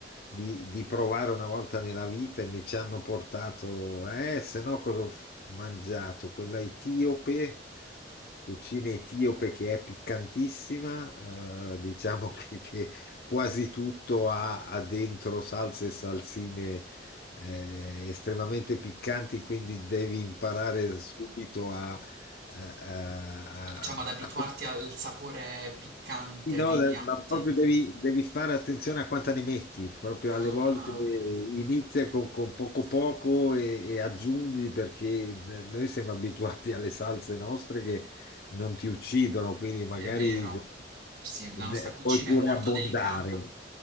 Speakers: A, on the left (about 55°); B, on the right (about 65°).
A: di, di provare una volta nella vita e mi ci hanno portato, eh, se no cosa ho f- mangiato? Quella etiope, cucina etiope che è piccantissima, eh, diciamo che, che quasi tutto ha, ha dentro salse e salsine eh, estremamente piccanti, quindi devi imparare subito eh, eh, a,
B: Diciamo ad abituarti
A: a
B: al sapore piccante
A: No,
B: dei
A: da-
B: piatti.
A: ma proprio devi, devi fare attenzione a quanta ne metti, proprio
B: Ah,
A: alle volte inizia con, con poco poco e, e aggiungi perché noi siamo abituati alle salse nostre che non ti uccidono, quindi magari
B: è vero. Sì, la
A: ne-
B: nostra cucina
A: puoi pure
B: è molto
A: abbondare.
B: delicata.